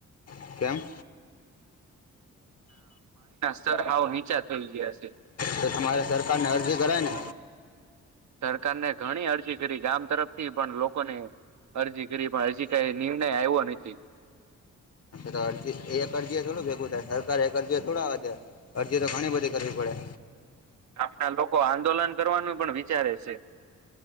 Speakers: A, on the left; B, on the right.
A: <inaudible> <inaudible> કેમ.
B: ભાવ હાવ નીચા થઈ ગયા છે.
A: તો તમારે સરકાર ને અરજી કરાય ને
B: સરકારને ઘણી અરજી કરી ગામ તરફથી પણ લોકોને અરજી કરી પણ હરજી કઈ નિર્ણય આવ્યો નથી.
A: તો અરજી એક અરજી થોડું ભેગું થાય. સરકાર એ અરજી થોડા વધજે અરજી તો ઘણી બધી કરવી પડે.
B: આપણા લોકો આંદોલન કરવાનું પણ વિચારે છે.